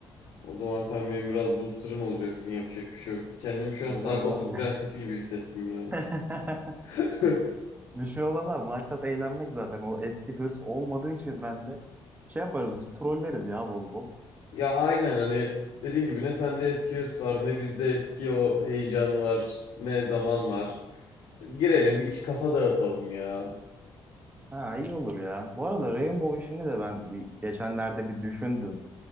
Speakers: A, on the left (about 80°); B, on the right (about 20°).
A: O zaman sen benim biraz booster'ım olacaksın. Yapacak bir şey yok. Kendimi şu
B: Oluruz
A: an sağ koltuk
B: abi.
A: prensesi gibi hissettim yani.
B: <laughs>
A: <laughs>
B: Bir şey olmaz abi. Maksat eğlenmek zaten. O eski hırs olmadığı için bende şey yaparız biz trolleriz ya bol bol.
A: Ya aynen hani dediğin gibi ne sende eski hırs var ne bizde eski o heyecan var ne zaman var. Girelim iki kafa dağıtalım ya.
B: Ha iyi olur ya. Bu arada Rainbow işini de ben bir, geçenlerde bir düşündüm.